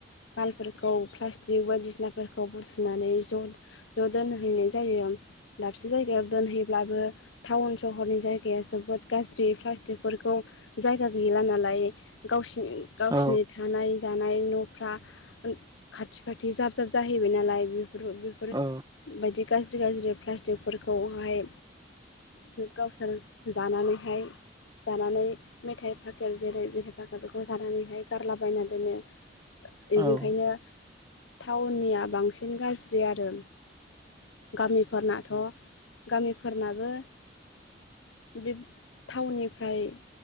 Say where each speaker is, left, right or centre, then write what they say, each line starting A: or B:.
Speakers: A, on the left; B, on the right.
A: मालफोरखौ प्लास्टिक बायदिसिनाफोरखौ बुथुनानै ज' ज' दोनहैनाय जायो। दाबसे जायगायाव दोनहैब्लाबो टाउन सहरनि जायगाया जोबोद गाज्रि प्लास्टिकफोरखौ जायगा गैला नालाय गावसिनि गावसिनि
B: औ
A: थानाय जानाय न' फ्रा खाथि खाथि जाब जाब जाहैबाय नालाय बेफोर बेफोर
B: औ
A: बायदि गाज्रि गाज्रि प्लास्टिकफोरखौहाय गावसोर जानानैहाय जानानै मेथाइ फाखेर जेरै मेथाइ फाखेरफोरखौ जानानैहाय गारलाबायना दोनो। इनिखायनो
B: औ
A: टाउननिया बांसिन गाज्रि आरो। गामिफोरनाथ' गामिफोरनाबो बे टाउननिफ्राय